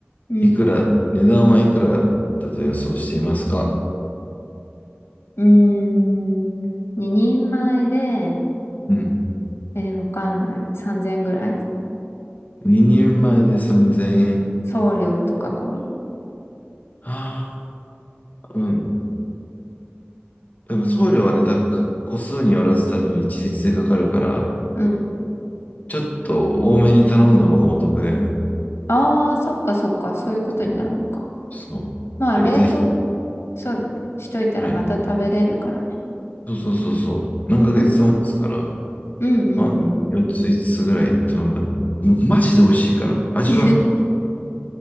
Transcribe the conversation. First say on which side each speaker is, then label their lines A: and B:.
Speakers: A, on the left; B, on the left.
A: うん。
B: いくら、値段はいくらだと予想していますか
A: うーん。2人前で、
B: うん。
A: えー、わかんない。3000ぐらい
B: 2人前で3000円。
A: 送料とか込みで。
B: はあ、うん。多分送料はね、多分個数によらず多分一律でかかるから、
A: うん。
B: ちょっと多めに頼んだ方がお得だよね。
A: ああ、そっかそっか。そういうことになるのか。
B: そう。そうだからぜひ、
A: まあ、冷凍、そうだね。しといたらまた食べれるからね。
B: はい。そうそうそうそう。何ヶ月も持つから、
A: うん。うんうんうん。
B: まあ、4つ、5つつぐらい頼んだもん。もうマジで美味しいから、味は、
A: <laughs>